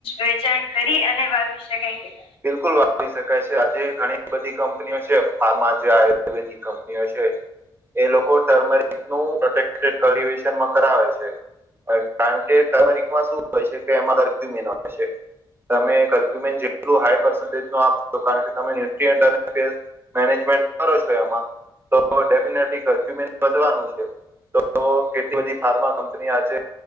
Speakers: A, on the left; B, on the right.
A: વેચાણ કરી અને વાવી શકાય કે
B: બિલકુલ વારી શકાય છે આજે ઘણી બધી કંપનીઓ છે ફાર્મા જે આયુર્વેદિક કંપનીઓ છે. એ લોકો ટર્મરિકનું પ્રોટેક્ટડ કલ્ટિવેશનમાં કરાવે છે. કારણ કે તમારીમાં શું હોય છે કે એમાં હક્યુમિન હોય છે. તમે કરક્યુમેન્ટ જે કેટલું હાઈ પસન્ટેજ ન આપશો કારણ કે તમે ન્યુટ્રી મેનેજમેન્ટ કરો છો એમાં. તો તો ડેફિનેટલી કરફ્યુ મેન્ટ વધવાનું છે. તો તો કેટલી બધી ફાર્મા કંપની આજે